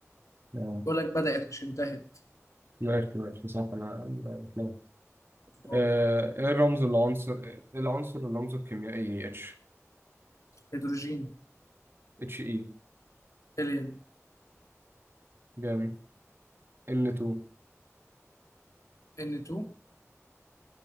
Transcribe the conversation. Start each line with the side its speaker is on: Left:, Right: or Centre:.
Right: اه
Left: بقول لك بدأت مش انتهت
Right: ماشي ماشي صح انا أنا بتلخبط.
Left: دور.
Right: آه، ايه الرمز العنصر ايه العنصر الرمزه الكيميائي اتش
Left: هيدروجين
Right: اتش اي
Left: هيليوم
Right: جامد ان 2
Left: N2